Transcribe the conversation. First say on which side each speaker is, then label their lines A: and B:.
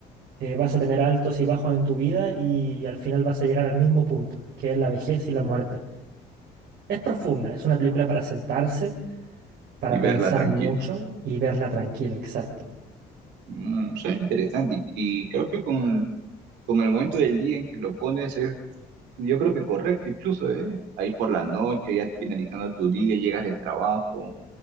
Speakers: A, on the right; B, on the right.
A: eh, vas a tener altos y bajos en tu vida y al final vas a llegar al mismo punto, que es la vejez y la muerte. Es profunda, es una película para sentarse, para
B: y verla
A: pensar
B: tranquilo.
A: mucho y verla tranquilo, exacto.
B: Mm, suena interesante y, y creo que con, con el momento del día en que lo pones es, yo creo que correcto incluso, ¿eh? Ahí por la noche, ya finalizando tu día, llegas del trabajo,